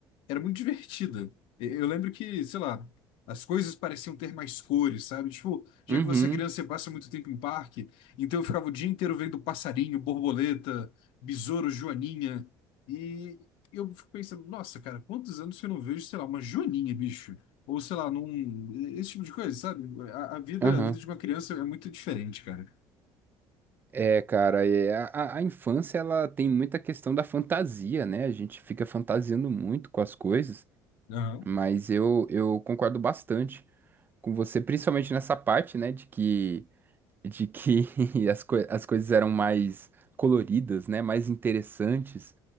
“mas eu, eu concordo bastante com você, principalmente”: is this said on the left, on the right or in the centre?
Right